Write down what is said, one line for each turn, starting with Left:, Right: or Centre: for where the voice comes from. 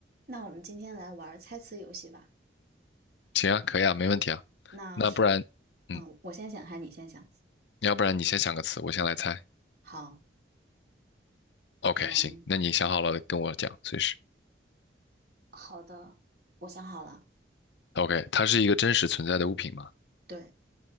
Right: 那我们今天来玩儿猜词游戏吧。
Left: 行啊，可以啊，没问题啊。
Right: 那是，
Left: 那不然，嗯，
Right: 嗯，我先想，还是你先想？
Left: 要不然你先想个词，我先来猜。
Right: 好，
Left: OK，
Right: 嗯，
Left: 行，那你想好了跟我讲，随时。
Right: 好的，我想好了。
Left: OK，它是一个真实存在的物品吗
Right: 对，